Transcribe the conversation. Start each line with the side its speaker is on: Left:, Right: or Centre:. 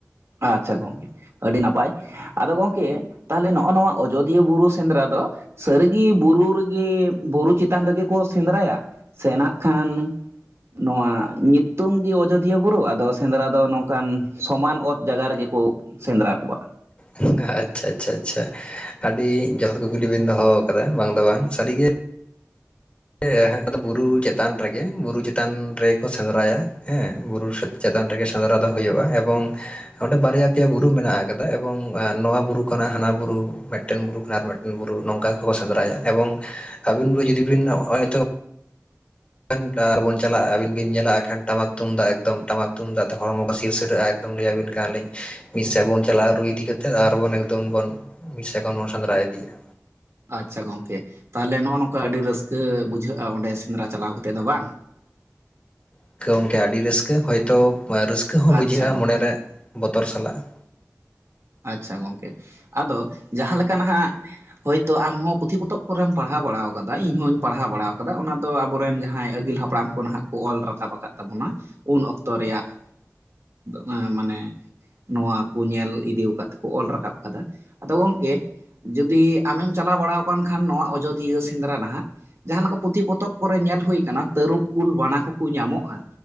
Right: ᱟᱪᱪᱷᱟ ᱜᱚᱝᱠᱮ ᱟᱹᱰᱤ ᱱᱟᱯᱟᱭ ᱟᱫᱚ ᱜᱚᱢᱠᱮ ᱛᱟᱦᱚᱞᱮ ᱱᱚᱜᱼᱚᱭ ᱱᱚᱣᱟ ᱟᱡᱚᱫᱤᱭᱟᱹ ᱵᱩᱨᱩ ᱥᱮᱸᱫᱽᱨᱟ ᱫᱚ ᱥᱟᱹᱨᱤᱜᱮ ᱵᱩᱨᱩ ᱨᱮᱜᱮ ᱵᱩᱨᱩ ᱪᱮᱛᱟᱱ ᱨᱮᱜᱮ ᱠᱚ ᱥᱮᱸᱫᱽᱨᱟᱭᱟ ᱥᱮ ᱱᱟᱜ ᱠᱷᱟᱱ ᱱᱚᱣᱟ ᱧᱩᱛᱩᱢ ᱜᱮ ᱟᱡᱚᱫᱤᱭᱟᱹ ᱵᱩᱨᱩ ᱟᱫᱚ ᱥᱮᱸᱫᱽᱨᱟ ᱫᱚ ᱱᱚᱝᱠᱟᱱ ᱥᱚᱢᱟᱱ ᱚᱛ ᱡᱟᱭᱜᱟ ᱨᱮᱜᱮ ᱠᱚ ᱥᱮᱸᱫᱽᱨᱟ ᱠᱚᱣᱟ
Left: ᱟᱪᱪᱷᱟ ᱟᱪᱪᱷᱟ ᱟᱪᱪᱷᱟ ᱟᱹᱰᱤ ᱡᱚᱛᱷᱟᱛ ᱠᱩᱠᱞᱤ ᱜᱮ ᱵᱤᱱ ᱫᱚᱦᱚ ᱟᱠᱟᱫᱟ ᱵᱟᱝ ᱫᱚ ᱵᱟᱝ ᱥᱟᱹᱨᱤᱜᱮ ᱦᱮᱸ ᱟᱫᱚ ᱵᱩᱨᱩ ᱪᱮᱛᱟᱱ ᱨᱮᱜᱮ ᱵᱩᱨᱩ ᱪᱮᱛᱟᱱ ᱨᱮᱜᱮ ᱠᱚ ᱥᱮᱸᱫᱽᱨᱟᱭᱟ ᱦᱮᱸ ᱵᱩᱨᱩ ᱪᱮᱛᱟᱱ ᱨᱮᱜᱮ ᱥᱮᱸᱫᱽᱨᱟ ᱫᱚ ᱦᱩᱭᱩᱜᱼᱟ ᱮᱵᱚᱝ ᱚᱸᱰᱮ ᱵᱟᱨᱭᱟ ᱯᱮᱭᱟ ᱵᱩᱨᱩ ᱢᱮᱱᱟᱜ ᱟᱠᱟᱫᱟ ᱮᱵᱚᱝ ᱱᱚᱣᱟ ᱵᱩᱨᱩ ᱠᱷᱚᱱᱟᱜ ᱦᱟᱱᱟ ᱵᱩᱨᱩ ᱢᱤᱫᱴᱮᱱ ᱵᱩᱨᱩ ᱠᱷᱚᱱᱟᱜ ᱟᱨ ᱢᱤᱫᱴᱟᱝ ᱵᱩᱨᱩ ᱵᱩᱨᱩ ᱱᱚᱝᱠᱟ ᱦᱚᱸ ᱠᱚ ᱥᱮᱸᱫᱽᱨᱟᱭᱟ ᱮᱵᱚᱝ ᱟᱹᱵᱤᱱ ᱜᱮ ᱡᱩᱫᱤ ᱵᱤᱱ ᱦᱚᱸᱜᱼᱚᱭ ᱛᱚ ᱮᱠᱷᱮᱱ ᱟᱨ ᱵᱚᱱ ᱪᱟᱞᱟᱜᱼᱟ ᱟᱹᱵᱤᱱ ᱵᱤᱱ ᱧᱮᱞᱟ ᱮᱱᱠᱷᱟᱱ ᱴᱟᱢᱟᱠ ᱛᱩᱢᱫᱟᱜ ᱮᱠᱫᱚᱢ ᱴᱟᱢᱟᱠ ᱛᱩᱢᱫᱟᱜ ᱛᱮ ᱦᱚᱲᱢᱚ ᱠᱚ ᱥᱤᱨᱥᱤᱨᱟᱹᱜᱼᱟ ᱞᱟᱹᱭᱟᱵᱤᱱ ᱠᱟᱱᱟ ᱞᱤᱧ ᱢᱤᱫ ᱥᱮᱫ ᱵᱚᱱ ᱪᱟᱞᱟᱜᱼᱟ ᱨᱩ ᱤᱫᱤ ᱠᱟᱛᱮᱫ ᱟᱨᱵᱚᱱ ᱮᱠᱫᱚᱢ ᱵᱚᱱ ᱢᱤᱫ ᱥᱮᱫ ᱠᱷᱚᱱ ᱵᱚ ᱥᱮᱸᱫᱽᱨᱟ ᱤᱫᱤᱮᱫᱟ
Right: ᱟᱪᱪᱷᱟ ᱜᱚᱝᱠᱮ ᱛᱟᱦᱚᱞᱮ ᱱᱚᱜᱼᱚ ᱱᱚᱝᱠᱟ ᱟᱹᱰᱤ ᱨᱟᱹᱥᱠᱟᱹ ᱵᱩᱡᱷᱟᱹᱜᱼᱟ ᱚᱸᱰᱮ ᱥᱮᱸᱫᱽᱨᱟ ᱪᱟᱞᱟᱣ ᱠᱟᱛᱮ ᱫᱚ ᱵᱟᱝ
Left: ᱦᱳᱭᱛᱚ ᱜᱚᱝᱠᱮ ᱟᱹᱰᱤ ᱨᱟᱹᱥᱠᱟᱹ ᱦᱚᱭᱛᱚ ᱨᱟᱹᱥᱠᱟᱹ ᱦᱚᱸ
Right: ᱟᱪᱪᱷᱟ
Left: ᱵᱩᱡᱷᱟᱹᱜᱼᱟ
Right: ᱜᱚᱝᱠᱮ
Left: ᱢᱚᱱᱮᱨᱮ ᱵᱚᱛᱚᱨ ᱥᱟᱞᱟᱜ
Right: ᱟᱪᱪᱷᱟ ᱜᱚᱝᱠᱮ ᱟᱫᱚ ᱡᱟᱦᱟᱸ ᱞᱮᱠᱟ ᱱᱟᱦᱟᱜ ᱦᱳᱭᱛᱚ ᱟᱢᱦᱚᱸ ᱯᱩᱛᱷᱤ ᱯᱚᱛᱚᱵ ᱠᱚᱨᱮᱢ ᱯᱟᱲᱦᱟᱣ ᱵᱟᱲᱟᱣ ᱠᱟᱫᱟ ᱤᱧᱦᱚᱧ ᱯᱟᱲᱦᱟᱣ ᱵᱟᱲᱟ ᱠᱟᱫᱟ ᱚᱱᱟ ᱫᱚ ᱟᱵᱚᱨᱮᱱ ᱡᱟᱦᱟᱸᱭ ᱟᱹᱜᱤᱞ ᱦᱟᱯᱲᱟᱢ ᱠᱚ ᱱᱟᱦᱟᱜ ᱠᱚ ᱚᱞ ᱨᱟᱠᱟᱵ ᱟᱠᱟᱫ ᱛᱟᱵᱚᱱᱟ ᱩᱱ ᱚᱠᱛᱚ ᱨᱮᱭᱟᱜ ᱢᱟᱱᱮ ᱱᱚᱣᱟ ᱠᱚ ᱧᱮᱞ ᱤᱫᱤ <inaudible> ᱠᱚ ᱚᱞ ᱨᱟᱠᱟᱵ ᱠᱟᱫᱟ ᱟᱫᱚ ᱜᱚᱢᱝᱠᱮ ᱡᱩᱫᱤ ᱟᱢᱮᱢ ᱪᱟᱞᱟᱣ ᱵᱟᱲᱟ ᱟᱠᱟᱱ ᱠᱷᱟᱱ ᱱᱚᱣᱟ ᱟᱡᱳᱫᱤᱭᱟᱹ ᱥᱮᱸᱫᱽᱨᱟ ᱱᱟᱦᱟᱜ ᱡᱟᱦᱟᱸ ᱞᱮᱠᱟ ᱯᱩᱸᱛᱷᱤ ᱯᱚᱛᱚᱵ ᱠᱚᱨᱮ ᱧᱮᱞ ᱦᱩᱭ ᱟᱠᱟᱱᱟ ᱛᱟᱹᱨᱩᱵ ᱠᱩᱞ ᱵᱟᱱᱟ ᱠᱚᱠᱚ ᱧᱟᱢᱚᱜᱼᱟ